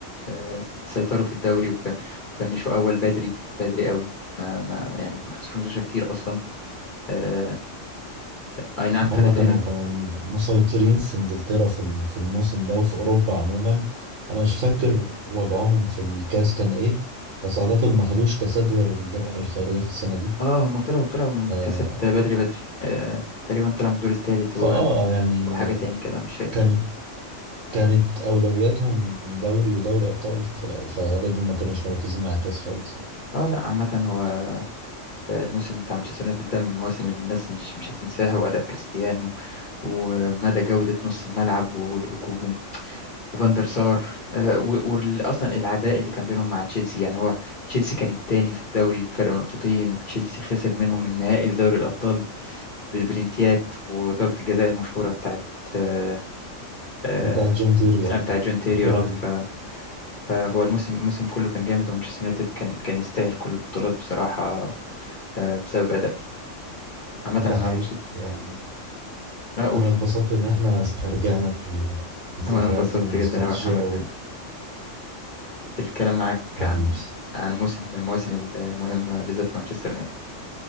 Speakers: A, on the left; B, on the right.
A: آه سيطروا في الدوري وكان فنشوا أول بدري بدري قوي ما ما يعني ما خسروش ماتشات كتير أصلا آه، اي
B: <laughs>
A: نعم فرق
B: هما
A: تقريبا
B: كانوا كانوا مسيطرين في انجلترا في ال- في الموسم ده وفي اوروبا عموما انا مش فاكر وضعهم في الكاس كان ايه بس اعتقد ما خدوش كاسات غير الدرع الخيرية في السنة دي
A: اه هم طلعوا طلعوا من الكاسات
B: آه،
A: بدري بدري آه تقريبا طلعوا من الدور التالت
B: فاه
A: و-
B: يعني
A: وحاجة تاني كده مش فاكر
B: كان كانت اولوياتهم دوري ودوري ابطال ف- فغالبا ما كانوش مركزين مع الكاس خالص يعني
A: اه لا عامة هو آه، الموسم بتاع مانشستر يونايتد ده من المواسم اللي الناس مش مش هتنساها وأداء كريستيانو ومدى جودة نص الملعب والهجوم وفاندر سار وأصلا العداء اللي كان بينهم مع تشيلسي يعني هو تشيلسي كان التاني في الدوري بفرق نقطتين وتشيلسي خسر منهم النهائي في دوري الأبطال بالبلنتيات وضربة الجزاء المشهورة بتاعت آه، آه،
B: بتاعت جون تيري اه
A: بتاع جون تيري
B: فاكرها
A: اه ف...
B: دي
A: فهو الموسم الموسم كله كان جامد ومانشستر يونايتد كان كان يستاهل كل البطولات بصراحة آه، بسبب أدائه عامة
B: ده
A: أنا
B: حقيقي
A: مبسوط
B: يعني
A: أقول
B: انا اتبسطت ان احنا استرجعنا ال- الذكريات
A: هو أنا انبسطت
B: دي والنوستالجيا
A: جدا أوي يا محمد بال... بالكلام معاك
B: وحبيبي
A: عن عن موسم من المواسم المهمة بالذات لمانشستر يونايتد